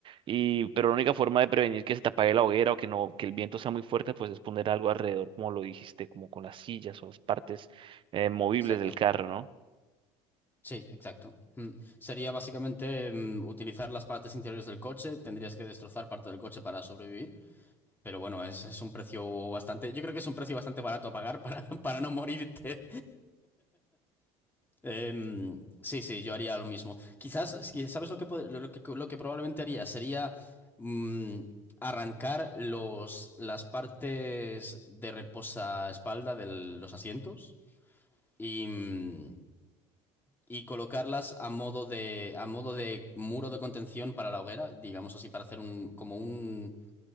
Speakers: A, on the right (about 40°); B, on the left (about 15°).
A: y, pero la única forma de prevenir que se te apague la hoguera o que no, que el viento sea muy fuerte, pues es poner algo alrededor, como lo dijiste, como con las sillas o las partes eh, movibles
B: exacto.
A: del carro, ¿no?
B: Sí, exacto. Mm. Sería básicamente mm, utilizar las partes interiores del coche, tendrías que destrozar parte del coche para sobrevivir Pero bueno, es, es un precio bastante. Yo creo que es un precio bastante barato a pagar para, <laughs> para no morirte. Em, sí, sí, yo haría lo mismo. Quizás, es que, ¿sabes lo que, pod- lo que, lo que probablemente haría? Sería mm, arrancar los, las partes de reposaespalda de los asientos y, mm, y colocarlas a modo de, a modo de muro de contención para la hoguera, digamos así, para hacer un, como un